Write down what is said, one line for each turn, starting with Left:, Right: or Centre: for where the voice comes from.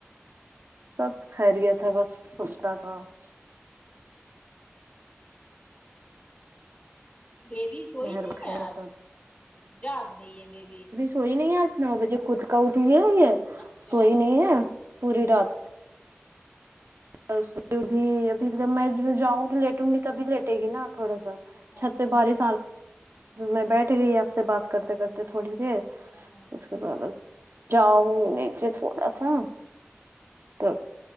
Right: سب خیریت ہے بس <unintelligible>
Left: بیبی سوئی
Right: مہر
Left: نہیں
Right: خیر
Left: ہے آج
Right: سب
Left: جاگ رہی ہے بیبی
Right: سوئی نہیں آج نو بجے خود کا اٹ رہ ہے یہ
Left: اچھا
Right: سوئی نہیں ہے پوری رات بس بھی ابھی جب میں جاؤں گی لیٹوں گی تب لیٹے گی نا تھوڑا سا
Left: اچھا
Right: چھت
Left: اچھا
Right: پہ بارش آ رہی میں بیٹھ گئی آپ سے بات کرتے کرتے تو تھوڑی دیر
Left: ہوں ہوں
Right: اس کے بعد جاؤ نیچے تھوڑا سا تو